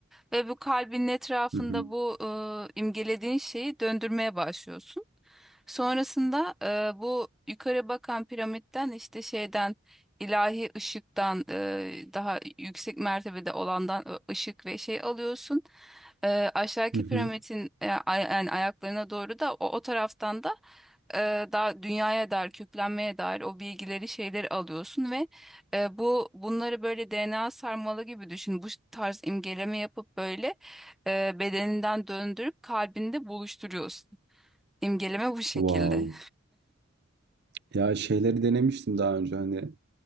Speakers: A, in the centre; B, on the right.
A: Ve bu kalbinin etrafında
B: Hı hı.
A: bu e, imgelediğin şeyi döndürmeye başlıyorsun. Sonrasında e, bu yukarı bakan piramitten işte şeyden ilahi ışıktan e, daha yüksek mertebede olandan e, ışık ve şey alıyorsun. E, aşağıki
B: Hı hı.
A: piramidin e, ay- yani ayaklarına doğru da o, o taraftan da e, daha dünyaya dair, köklenmeye dair o bilgileri, şeyleri alıyorsun ve e, bu bunları böyle DNA sarmalı gibi düşün. Bu tarz imgeleme yapıp böyle e, bedeninden döndürüp kalbinde buluşturuyorsun. İmgeleme bu şekilde.
B: Wow. Ya şeyleri denemiştim daha önce hani